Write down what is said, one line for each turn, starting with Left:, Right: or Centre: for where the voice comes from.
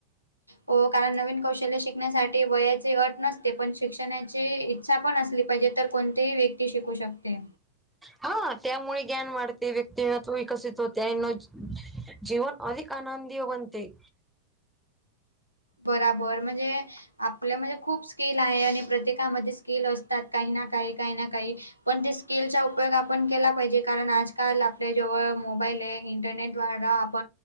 Left: हो कारण नवीन कौशल्य शिकण्यासाठी वयाची अट नसते पण शिक्षणा इच्छा पण असली पाहिजे तर कोणतीही व्यक्ती शिकू शकते
Centre: हा त्यामुळे ज्ञान वाढते व्यक्तीव विकसित होतेना जीवन अधिक आनंदी हो बते
Left: बरोबर म्हणजे आपल्यामध्ये खूप स्किल आहे आणि प्रत्येकामध्ये स्किल असतात काही ना काही काही ना काही पण ते स्किलचा उपयोग आपण केला पाहिजे कारण आजकाल आपल्या जेवळ मोबाईल आहे इंटरनेट आप